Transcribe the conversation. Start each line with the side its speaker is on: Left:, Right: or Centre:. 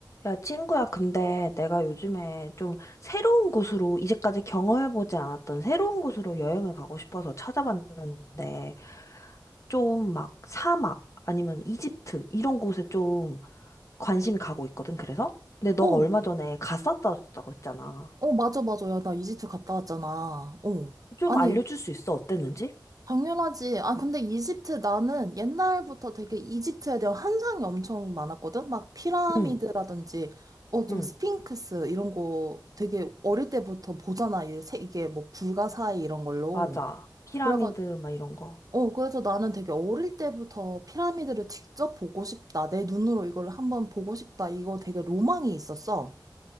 Left: 야, 친구야, 근데 내가 요즘에 좀 새로운 곳으로, 이제까지 경험해보지 않았던 새로운 곳으로 여행을 가고 싶어서 찾아봤는데, 좀 막 사막, 아니면 이집트, 이런 곳에 좀 관심이 가고 있거든, 그래서? 근데 너가
Right: 어,
Left: 얼마 전에 갔었다고 했잖아.
Right: 어, 맞아, 맞아. 야, 나 이집트 갔다 왔잖아. 어.
Left: 좀
Right: 아니,
Left: 알려줄 수 있어, 어땠는지?
Right: 당연하지. 아, 근데 이집트 나는 옛날부터 되게 이집트에 대한 환상이 엄청 많았거든? 막 피라미드라든지,
Left: 응,
Right: 어, 좀
Left: 응,
Right: 스핑크스 이런 거 되게 어릴 때부터 보잖아. 이게, 세- 이게 뭐 불가사의 이런 걸로.
Left: 맞아. 피라미드,
Right: 그래가,
Left: 막 이런 거.
Right: 어, 그래서 나는 되게 어릴 때부터 피라미드를 직접 보고 싶다. 내 눈으로 이걸 한번 보고 싶다. 이거 되게 로망이 있었어.